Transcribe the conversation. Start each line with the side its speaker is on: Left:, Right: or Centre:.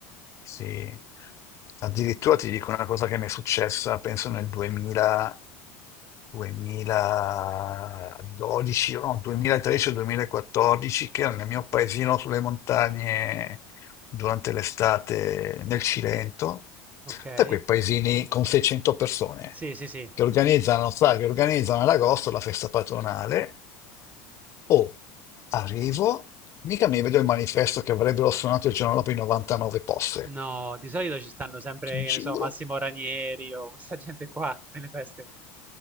Left: sì, addirittura ti dico una cosa che mi è successa, penso nel 2000, 2012, no, 2013 o 2014, che ero nel mio paesino sulle montagne durante l'estate nel Cilento,
Right: Ok?
Left: da quei paesini con 600 persone
Right: Sì, sì, sì.
Left: che organizzano, sa, che organizzano ad agosto la festa patronale. Oh, arrivo, mica mi vedo il manifesto che avrebbero suonato il giorno dopo i 99 posse.
Right: No, di solito ci stanno sempre,
Left: Ti giuro.
Right: che ne so, Massimo Ranieri o questa <laughs> gente qua nelle feste,